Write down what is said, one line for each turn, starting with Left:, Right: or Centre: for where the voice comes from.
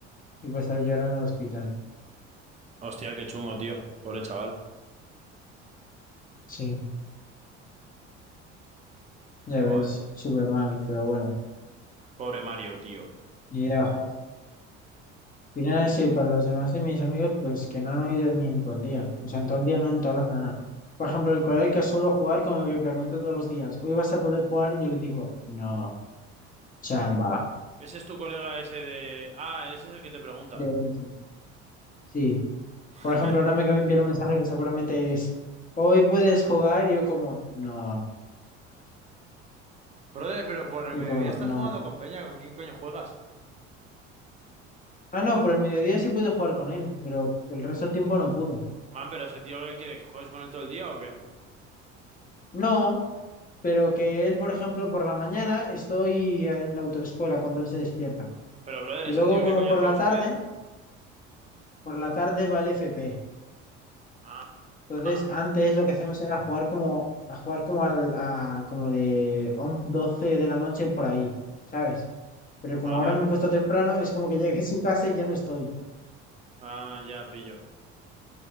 Left: y pues se lo llevaron al hospital.
Right: Hostia, qué chungo, tío. Pobre chaval.
Left: Sí, ya ves,
Right: Joder.
Left: súper mal, pero bueno,
Right: Pobre Mario, tío.
Left: ni idea, ojalá. Y nada, sí, para los demás de mis amigos, pues que no han oído de mí en todo el día. O sea, en todo el día, no en toda la semana. Por ejemplo, el colega que suelo jugar, como que me pregunta todos los días, ¿hoy vas a poder jugar? Y yo le digo, no, chamba.
Right: ¿Ese es tu colega ese de... Ah, ese es el que te pregunta.
Left: De hecho, Sí.
Right: <laughs>
Left: Por ejemplo, ahora me acaba de enviar un mensaje que seguramente es, ¿hoy puedes jugar? Y yo como, no.
Right: Brother, pero por el
Left: Yo
Right: mediodía
Left: como,
Right: estás
Left: no.
Right: jugando con Peña. ¿Con quién coño juegas?
Left: Ah, no, por el mediodía sí pude jugar con él, pero el resto del tiempo no pude.
Right: Man, pero ese tío ¿qué quiere? ¿Que juegues con él todo el día o qué?
Left: No, pero que él, por ejemplo, por la mañana estoy en la autoescuela cuando él se despierta.
Right: Pero, brother,
Left: Y
Right: ¿ese
Left: luego
Right: tío
Left: como
Right: qué coño
Left: por
Right: hace
Left: la
Right: con
Left: tarde,
Right: su vida?
Left: por la tarde va el FP.
Right: Ah,
Left: Entonces
Right: ah,
Left: antes lo que hacemos era jugar como, a jugar como al, a, como de on- 12 de la noche por ahí, ¿sabes? Pero como
Right: ah,
Left: ahora
Right: vale.
Left: me cuesta temprano, es como que <laughs> llegué a su casa y ya no estoy.
Right: Ah, ya pillo.